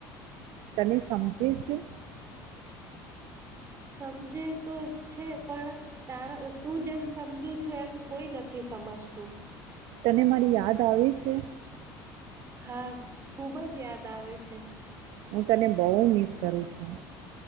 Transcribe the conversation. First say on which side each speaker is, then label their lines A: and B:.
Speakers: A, on the right (about 70°); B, on the right (about 30°).
A: તને સમજે છે
B: સમજે તો છે પણ તારા તું જેમ સમજું છું એમ કોઈ નથી સમજતું
A: તને મારી યાદ આવે છે
B: હા ખુબ જ યાદ આવે છે
A: હું તને બહુ મિસ કરું છું